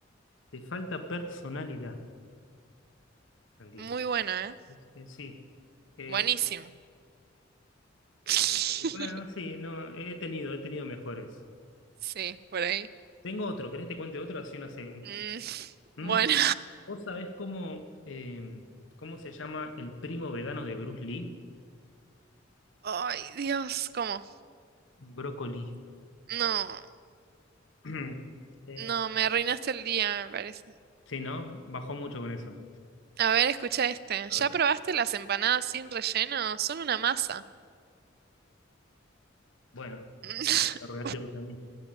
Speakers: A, on the left; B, on the right.
A: te falta personalidad al 10.
B: Muy bueno, ¿eh?
A: Es- es- sí. Eh,
B: Buenísimo. <laughs>
A: Eh, bueno, sí, no, he tenido, he tenido mejores.
B: Sí, por ahí.
A: Tengo otro, ¿querés te cuente otro? Así una segunda.
B: Mm, bueno.
A: Mm, ¿vos sabés cómo, eh, cómo se llama el primo vegano de Bruce Lee?
B: Ay, Dios, ¿cómo?
A: Brócoli.
B: No,
A: <clears throat> Sí,
B: no,
A: bueno.
B: me arruinaste el día, me parece.
A: Sí, ¿no? Bajó mucho con eso.
B: A ver, escucha este.
A: A
B: ¿Ya
A: ver.
B: probaste las empanadas sin relleno? Son una masa.
A: Bueno,
B: <laughs>
A: ahora me arruinaste vos a mí.